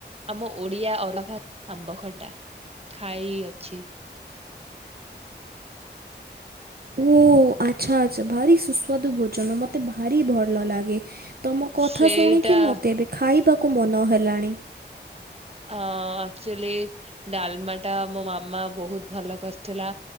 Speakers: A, on the right; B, on the right.
A: ଆମ ଓଡିଆ ଅରୁଆ ଭା ଆମ୍ବ ଖଟା ଖାଇ ଅଛି।
B: ଓ ଆଚ୍ଛା ଆଚ୍ଛା ଭାରି ସୁସ୍ୱାଦୁ ଭୋଜନ ମତେ ଭାରି ଭଲ ଲାଗେ। ତମ କଥା
A: ସେଇଟା
B: ଶୁଣିକି ମୋତେ ଏବେ ଖାଇବାକୁ ମନ ହେଲାଣି।
A: ଅ ଆକ୍ଚୁଆଲି ଡାଲମା ଟା ମୋ ମାମା ବହୁତ ଭଲ କରିଥିଲା।